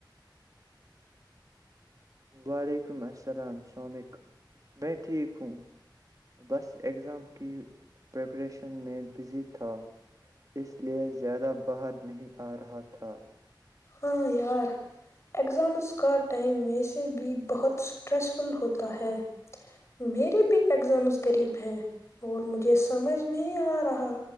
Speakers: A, on the right; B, on the left.
A: وعلیکم السلام سومک میں ٹھیک ہوں بس اگزام کی پریپریشن میں بزی تھا اس لیئے زیادہ باہر نہیں آ رہا تھا
B: ہاں یار ایگزامز کا ٹائم و سے بھی بہت اسٹریسفل ہوتا ہے میرے بھی ایگزامز قریب ہیں اور مجھے سمجھ نہیں آ رہا